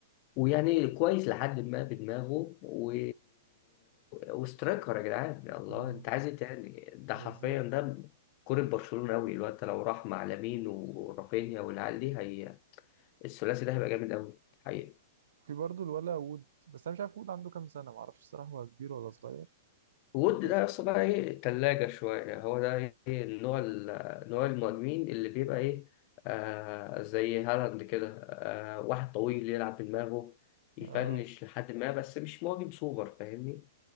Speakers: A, on the left (about 40°); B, on the right (about 75°).
A: ويعني كويس لحد ما بدماغه و... وسترايكر يا جدعان يا الله
B: امم
A: انت عايز ايه تاني ده
B: بالظبط
A: حرفيا ده كرة برشلونة قوي الواد ده لو راح مع لامين ورافينيا والعيال دي هي الثلاثي ده هيبقى جامد قوي حقيقي
B: في برضه الولا وود بس انا مش عارف وود عنده كام سنة معرفش الصراحة هو كبير ولا صغير
A: وود
B: بس
A: ده اصلا بقى ايه تلاجة شوية هو ده ايه النوع ال- نوع المهاجمين اللي بيبقى ايه آه زي هالاند كده آه واحد طويل يلعب بدماغه يفنش
B: آه
A: لحد ما بس مش مهاجم سوبر فاهمني